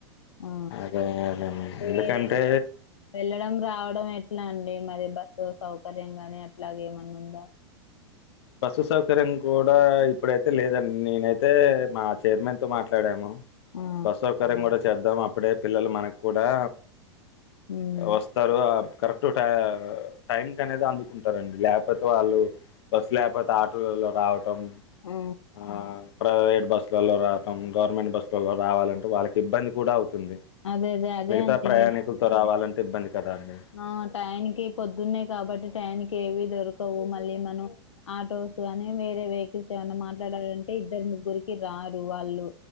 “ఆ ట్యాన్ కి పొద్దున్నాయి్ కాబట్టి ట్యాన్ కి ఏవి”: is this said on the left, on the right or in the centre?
Left